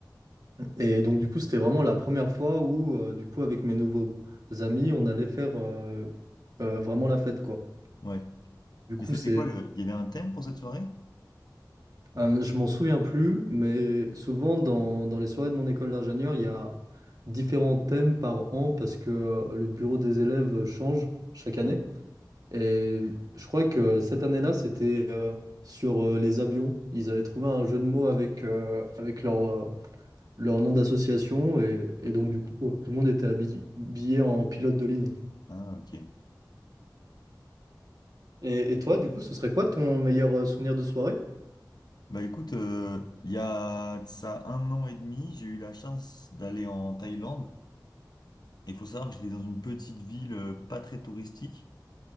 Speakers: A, on the right; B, on the left.
A: Et donc du coup, c'était vraiment la première fois où euh, du coup avec mes nouveaux amis, on allait faire euh, euh, vraiment la fête quoi.
B: Ouais.
A: Du coup,
B: Mais c'était
A: c'est,
B: quoi le... Il y avait un thème pour cette soirée?
A: euh, je m'en souviens plus, mais souvent dans, dans les soirées de mon école d'ingénieur, il y a différents thèmes par an parce que euh, le bureau des élèves change chaque année.
B: Ouais.
A: Et je crois que cette année-là, c'était euh, sur euh, les avions. Ils avaient trouvé un jeu de mots avec, euh, avec leur, euh, leur nom d'association. Et, et
B: Ok.
A: donc, du coup, tout le monde était habi- habillé en pilote de ligne.
B: Ah, ok.
A: Et, et toi, du coup, ce serait quoi ton meilleur euh, souvenir de soirée?
B: Bah écoute, euh, il y a de ça un an et demi, j'ai eu la chance d'aller en Thaïlande. Et il faut savoir que j'étais dans une petite ville euh, pas très touristique.